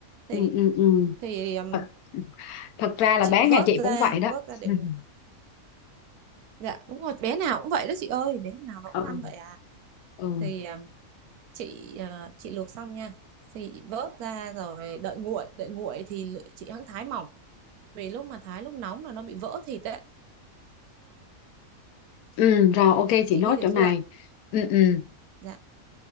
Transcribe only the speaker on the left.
ừ, ừ, ừ.
Thật, thật ra là
bé
nhà chị
cũng vậy đó
<laughs>
ừ,
ừ.
ừ rồi ok chị
nốt
chỗ
này
ừ, ừ.